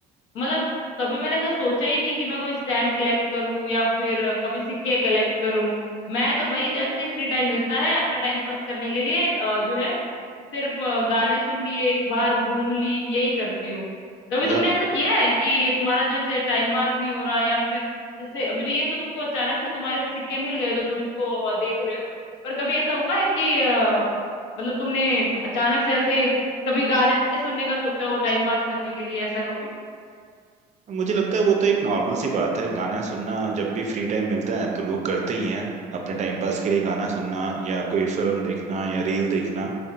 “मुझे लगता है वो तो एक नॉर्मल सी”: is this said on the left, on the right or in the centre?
Right